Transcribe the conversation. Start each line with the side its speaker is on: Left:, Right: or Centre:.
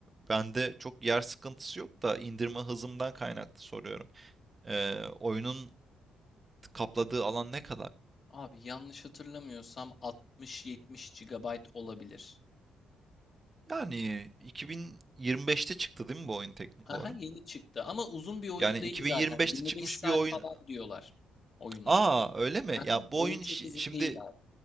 Right: bende çok yer sıkıntısı yok da indirme hızımdan kaynaklı soruyorum. Ee, oyunun kapladığı alan ne kadar?
Left: Abi yanlış hatırlamıyorsam 60-70 GB olabilir.
Right: Yani 2025'te çıktı değil mi bu oyun teknik
Left: Haha,
Right: olarak?
Left: yeni çıktı ama uzun bir oyun
Right: Yani
Left: değil
Right: 2025'te
Left: zaten. 25
Right: çıkmış
Left: saat
Right: bir oyun.
Left: falan diyorlar oyuna.
Right: Aa öyle mi?
Left: Haha,
Right: Ya bu
Left: oyun
Right: oyun
Left: çok
Right: şi-
Left: uzun
Right: şimdi
Left: değil abi.